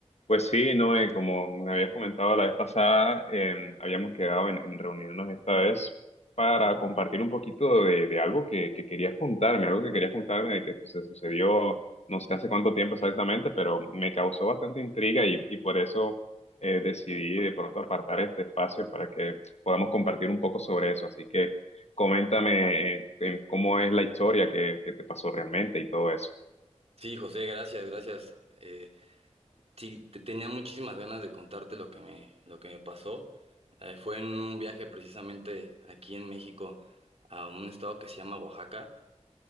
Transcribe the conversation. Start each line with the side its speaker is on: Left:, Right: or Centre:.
Left: Pues sí, Noé, como me habías comentado la vez pasada, em, habíamos quedado en, en reunirnos esta vez para compartir un poquito de, de algo que, que querías contarme, algo que querías contarme de que pues, se sucedió no sé hace cuánto tiempo exactamente, pero me causó bastante intriga y, y por eso eh, decidí de pronto apartar este espacio para que podamos compartir un poco sobre eso. Así que coméntame eh, em, cómo es la historia que, que te pasó realmente y todo eso.
Right: Sí, José, gracias, gracias. Eh, sí, te- tenía muchísimas ganas de contarte lo que me, lo que me pasó. Eh, fue en un viaje precisamente aquí en México a un estado que se llama Oaxaca.